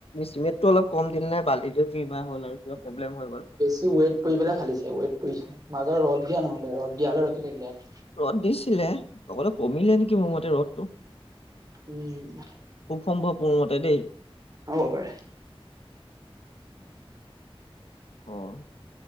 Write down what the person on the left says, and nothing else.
চিমেণ্টতটো অলপ কম দিলে নে বালি কিবা হ'ল আৰু। কিবা প্ৰব্লেম হৈ গ'ল।
ৰ'দ দিছিলে অকলে কমিলে নেকি মোৰ মতে ৰ'দটো।
খুব সম্ভৱ মোৰ মতে দেই।
অ',